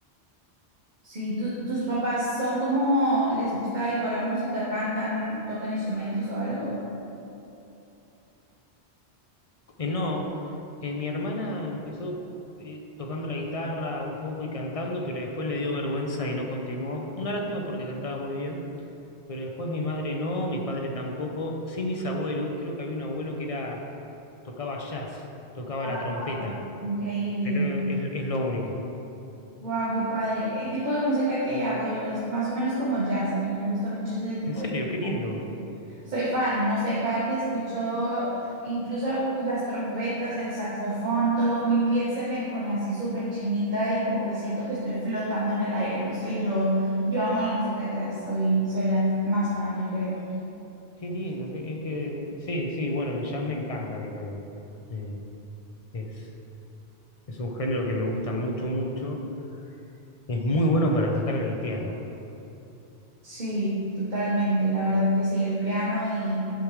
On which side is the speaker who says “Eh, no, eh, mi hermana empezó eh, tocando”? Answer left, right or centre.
Left